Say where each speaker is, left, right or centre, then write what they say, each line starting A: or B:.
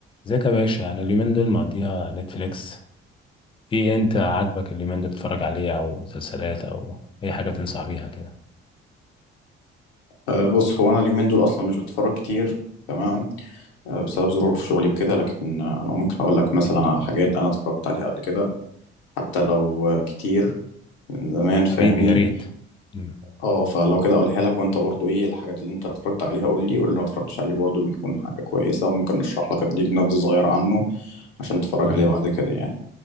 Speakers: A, on the left (about 20°); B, on the left (about 80°).
A: ازيك يا باشا انا اليومين دول مقضيها نتفليكس ايه انت عاجبك اليومين دول بتتفرج عليه او مسلسلات او اي حاجه تنصح بيها كده
B: أه بص هو انا اليومين دول اصلا مش بتفرج كتير تمام أه بسبب ظروف شغلي وكده لكن آه، انا ممكن اقول لك مثلا على حاجات انا اتفرجت عليها قبل كده حتى لو آه، كتير من زمان فاهمني
A: حبيبي يا ريت مم.
B: اه فلو كده اقولها لك وانت برضو ايه الحاجات اللي انت اتفرجت عليها قول لي واللي ما اتفرجتش عليه برضو يكون حاجة كويسة وممكن اشرح لك اديك نبذة صغيرة عنه عشان تتفرج
A: مم.
B: عليه بعد كده يعني